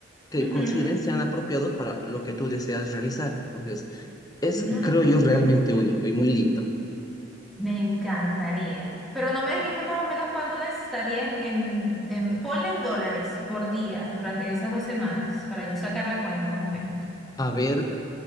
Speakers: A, on the left; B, in the centre.
A: que
B: Ujú.
A: consideren sean apropiados para lo que tú deseas realizar. Entonces, es,
B: Ay,
A: creo
B: claro
A: yo, realmente
B: que sí.
A: único y muy lindo.
B: me encantaría. Pero no me dijiste más o menos cuánto necesitaría en, en, en- ponle en dólares por día durante esas dos semanas para yo sacar la cuenta más o menos.
A: A ver,